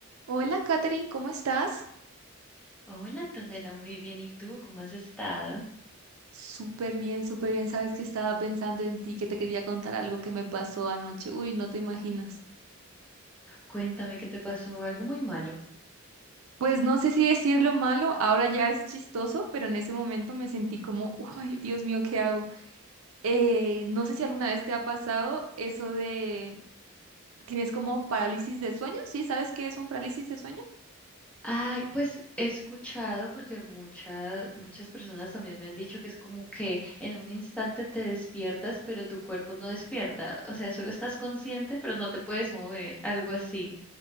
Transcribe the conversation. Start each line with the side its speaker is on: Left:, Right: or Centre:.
Right: Hola, Katherine, ¿cómo estás?
Centre: Hola Antonella, muy bien. ¿Y tú cómo has estado?
Right: Súper bien, súper bien. Sabes que estaba pensando en ti, que te quería contar algo que me pasó anoche. Uy, no te imaginas.
Centre: Cuéntame qué te pasó, algo muy malo.
Right: Pues no sé si decirlo malo, ahora ya es chistoso, pero en ese momento me sentí como, <laughs> ay, Dios mío, ¿qué hago? Eh, no sé si alguna vez te ha pasado eso de, ¿tienes como parálisis de sueño? ¿Sí? ¿Sabes qué es un parálisis de sueño?
Centre: Ay, pues he escuchado porque muchas muchas personas también me han dicho que es como que en un instante te despiertas, pero tu cuerpo no despierta. O sea, solo estás consciente, pero no te puedes mover, algo así.